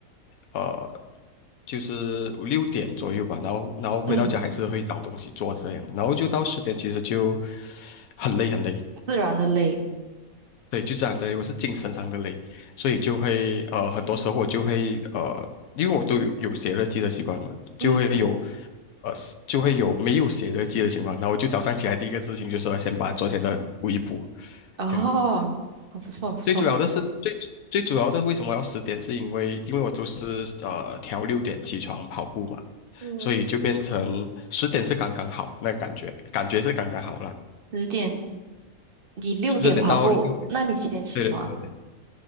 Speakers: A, on the left; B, on the right.
A: 呃，就是六点左右吧，然后然后回到家还是会找东西做这样，
B: 嗯，
A: 然后就到十点其实就很累很累。
B: 自然的累。
A: 对，就这样的累，我是精神上的累，所以就会呃，很多时候我就会呃，因为我都有有写日记的习惯嘛，就会有
B: 嗯，
A: 呃，就会有没有写日记的情况。那我就早上起来第一个事情就是要先把昨天的补一补，
B: 哦，
A: 这样子。
B: <laughs> 很不错，很不错。
A: 最主要的是最最主要的为什么要十点，是因为因为我都是呃调六点起床跑步嘛，
B: 嗯，
A: 所以就变成十点是刚刚好那个感觉，感觉是刚刚好了，
B: 十点，你六点跑步，
A: 十点到六点。
B: 那你几点起床？
A: 对对对。